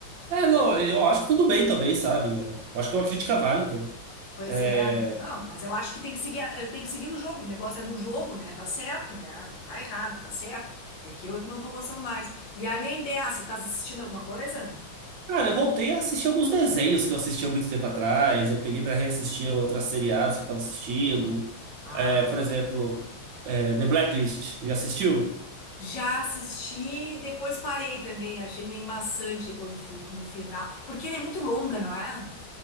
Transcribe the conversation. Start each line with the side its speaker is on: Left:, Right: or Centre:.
Right: É, não, eu acho que tudo bem também, sabe? É, Eu acho que é uma crítica válida.
Left: Pois
Right: É,
Left: é, não, mas eu acho que tem que seguir, a- eh, tem que seguir o jogo. O negócio é do jogo, né? Tá certo, né? Não tá errado, tá certo. É que eu é que não tô gostando mais. E além dessa, tá assistindo alguma coisa?
Right: Cara, eu voltei a assistir alguns desenhos que eu assistia muito tempo atrás. Eu peguei para reassistir outras seriados que eu estava assistindo.
Left: Ah,
Right: É, por exemplo, é, The Blacklist. Já assistiu?
Left: já assisti, depois parei também. Achei meio maçante depois no, fu- no final. Porque ela é muito longa, não é?